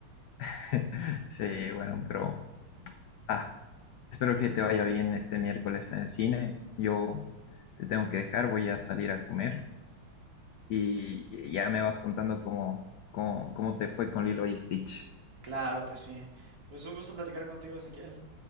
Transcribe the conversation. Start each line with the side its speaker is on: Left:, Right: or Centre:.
Left: <laughs> Sí, bueno, pero ah, espero que te vaya bien este miércoles en el cine. Yo te tengo que dejar, voy a salir a comer y ya me vas contando cómo, cómo, cómo te fue con Lilo y Stitch.
Right: Claro que sí. Pues un gusto platicar contigo, Ezequiel.